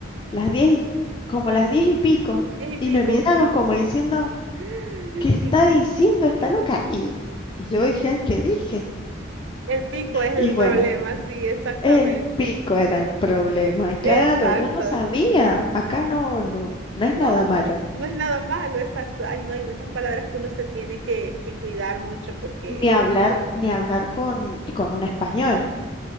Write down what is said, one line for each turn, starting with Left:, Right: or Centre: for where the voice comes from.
Left: las 10 como las 10 y pico,
Right: diez y pico.
Left: y me miraron como diciendo,
Right: <laughs>
Left: ¿qué está
Right: que
Left: diciendo esta loca? Y, y yo dije, ay, ¿qué dije?
Right: El pico es
Left: Y
Right: el
Left: bueno,
Right: problema, sí, exactamente.
Left: el pico era el problema, claro,
Right: Exacto.
Left: yo no sabía, acá no, no, no es
Right: No,
Left: nada malo.
Right: no es nada malo, exacto. Ay, no, hay muchas palabras que uno se tiene que, que cuidar mucho porque,
Left: Ni hablar, ni hablar con, con un español.